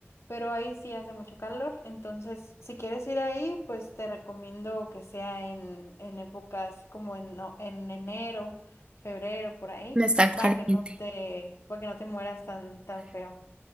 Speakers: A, on the left; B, on the right.
A: pero ahí sí hace mucho calor, entonces si quieres ir ahí, pues te recomiendo que sea en, en épocas como en, no- en enero, febrero, por ahí,
B: no es tan caliente.
A: para que no te, para que no te mueras tan, tan feo.